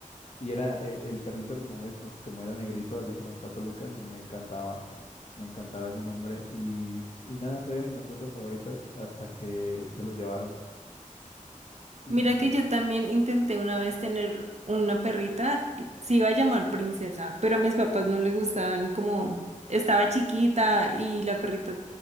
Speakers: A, on the left; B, on the right.
A: Y era eh, el perrito, como ves, pues como era negrito, así como el Pato Lucas, me encantaba. Me encantaba ese nombre. Y, y nada, fue de mis mascotas favoritas hasta que se lo llevaron y
B: Mira
A: se murió.
B: que yo también intenté una vez tener una perrita, se iba a llamar princesa, pero a mis papás no les gustaban como estaba chiquita y la perrita,